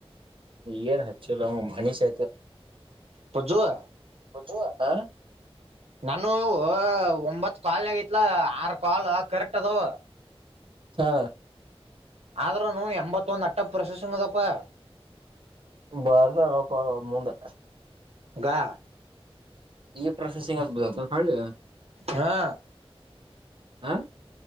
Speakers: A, on the right; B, on the right.
A: ಇನ್ ಹೆಚ್ಚ ಬ ಭಣಿಷತ
B: ಪ್ರಜವಾ
A: ಹ ಹ
B: ನಾನ ಒಂಬತ್ತು ಕಾಲ್ನಗೈತ್ಲ ಆರ್ ಕಾಲ್ ಕರೆಕ್ಟ್ ಅದು
A: ಹಾ
B: ಆದ್ರೂನು ಎಂಬತ್ತೊಂದ್ ಅಟ್ಟ ಪ್ರಶಂಗದಪ್ಪಾ
A: ಬರ್ತಡಕ ಮುಂದೆ
B: ಪ್ಪಾ
A: ಈ ಪ್ರೊಸೆಸಿಂಗ್ ಅಂತ್ಬಿದ್ದತ್ನ ಹೊಳ್ಳಿ
B: ಹಾ
A: ಆ